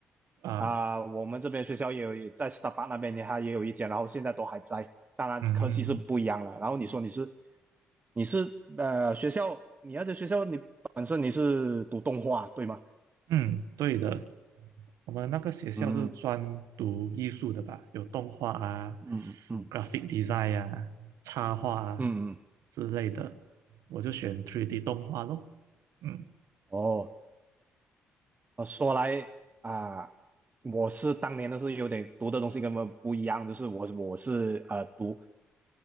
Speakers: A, on the right; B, on the right.
A: 啊
B: 啊、呃我们这边学校也有在 Starbucks 那边也还也有一间，然后现在都还在，当然科系是不一样了。
A: 嗯
B: 然后你说你是你是呃学校，你要在学校你本身你是读动画对吗？
A: 嗯，对的，我们那个学校是专读艺术的吧，
B: 嗯
A: 有动画啊、
B: 嗯嗯
A: graphic design 啊、插画啊
B: 嗯嗯，
A: 之类的，我就选 Three d 动画咯，嗯
B: 哦，呃说来啊、我是当年的是有点读的东西跟本们不一样，就是我我是呃读